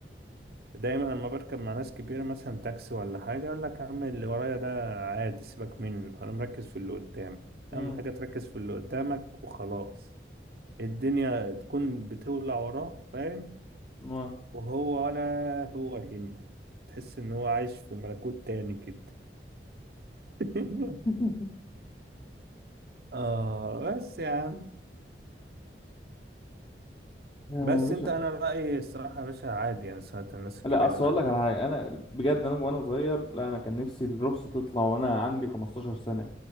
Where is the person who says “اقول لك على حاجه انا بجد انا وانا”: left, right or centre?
Left